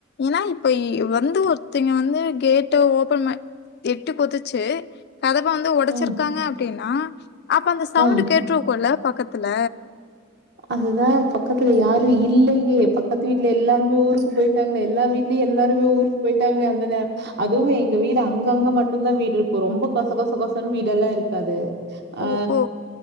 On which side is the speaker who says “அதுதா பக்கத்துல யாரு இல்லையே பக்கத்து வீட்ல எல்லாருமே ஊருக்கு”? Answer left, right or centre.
Right